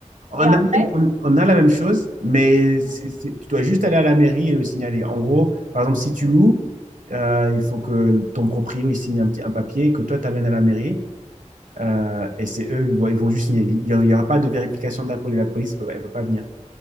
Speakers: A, on the right; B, on the right.
A: En
B: Et
A: Allemagne,
B: après,
A: on on a la même chose, mais c'est-
B: ouais,
A: c'est- tu dois juste aller à la mairie et le signaler. En gros, par exemple, si tu loues, euh, il faut que ton proprio il signe un petit, un papier que toi, tu amènes à la mairie. Euh, et c'est eux, ils vont ils vont juste signer. Il n'y aura pas de vérification de la police. La police, elle ne peut pas venir.